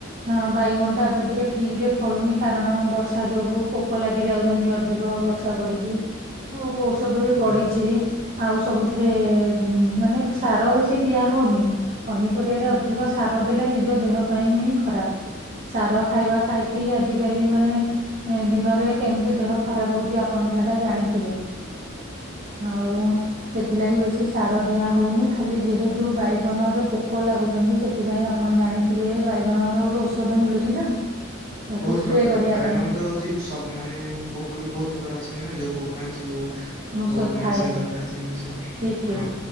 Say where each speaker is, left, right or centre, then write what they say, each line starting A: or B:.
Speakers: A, on the right (about 35°); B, on the right (about 15°).
A: ଆଁ ବାଇଗଣଟା ଏବେ ଟିକେ ଠିକ୍ ରେ ଫଳୁନି। କାରଣ ବର୍ଷା ଯୋଗୁ ପୋକ ଲାଗି ଯାଉଛନ୍ତି ଅଧିକ ବର୍ଷା ପଡି଼କି ଆଉ ବୋ ଓଷଧ ବି
B: ହଁ
A: ପଡ଼ିଛି ଆଉ ସବୁଥିରେ ମାନେ ସାର ବେଶୀ ଦିଆ ହଉନି। ପନିପରିବାରେ ଅଧିକ ସାର ଦେଲେ ନିଜ ଦେହ ପାଇଁ ହିଁ ଖରାପ। ସାର ଖାଇବା ଖାଇକି ଆଜିକାଲି ମାନେ ଦିନରେ କେମିତି ଦେହ ଖରାପ ହଉଚି ଆ ପଣ ତ ହେଇଟା ଜାଣିଥିବେ ଆଉ ସେଥିଲାଗି ବେଶି ସାର ଦିଆ ହଉନି ଖାଲି ଯେହେତୁ ବାଇଗଣରେ ପୋକ ଲାଗୁଚନ୍ତି ସେ ଥିପାଇଁ ଆପଣ ଜାଣିଥିବେ ବାଇଗଣର ଗୋଟେ ଔଷଧ ମିଳୁଚି ନା। ତାକୁ
B: ବୋହୁତ
A: ସ୍ପ୍ରେ
B: ପ୍ରକାର
A: କରିବା
B: ବାଇଗଣ
A: ପାଇଁ
B: ତ ହୋଉଛି ତପ୍ ମାନେ ପୋକ ବି ବହୁତ ପ୍ରକାର ଅଛନ୍ତି ନା ଯୋଉ ପୋକ ପାଇଁ ଯୋଉ
A: ଔଷଧ
B: ଉ
A: ଥାଏ
B: ମେଡ଼ିସିନ୍ ଦରକାର ସେଇ ମେଡ଼ିସିନ୍ ହଁ।
A: ଠିକ ଠିକ